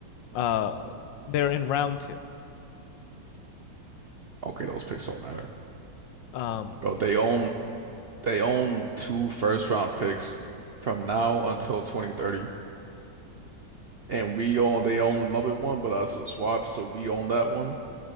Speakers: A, on the left; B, on the right.
A: Uh, they're in round two.
B: Okay, those picks don't matter.
A: Um,
B: Bro, they own they own two first round picks from now until 2030. And we own they own another one, but that's a swap, so we own that one.